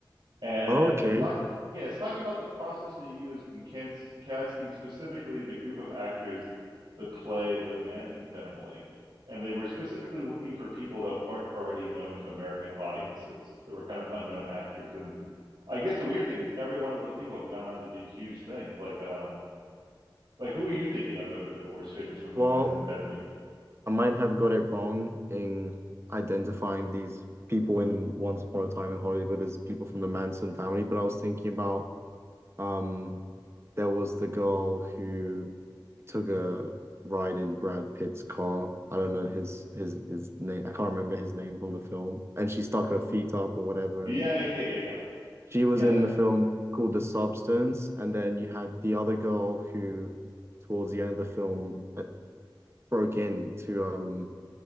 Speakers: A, on the right (about 90°); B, on the right (about 30°).
A: and
B: Okay.
A: it's talking yeah it's talking about the process they used in can- casting specifically the group of actors that play the manson family and they were specifically looking for people that weren't already known to american audiences They were kind of unknown actors and i guess the weird thing is every one of those people have gone on to do huge things like um like who are you thinking of that that was famous from the
B: Well,
A: manson family
B: I might have got it wrong in identifying these people in Once Upon a Time in Hollywood as people from the Manson family, but I was thinking about Um, there was the girl who took a ride in Brad Pitt's car. I don't know his his his name. I can't remember his name from the film. And she stuck her feet up or whatever.
A: yeah
B: And
A: yeah yeah yeah yeah
B: she was
A: Yeah,
B: in
A: that
B: the film called The Substance. And then you had the other girl who, towards the end of the film, uh, broke into um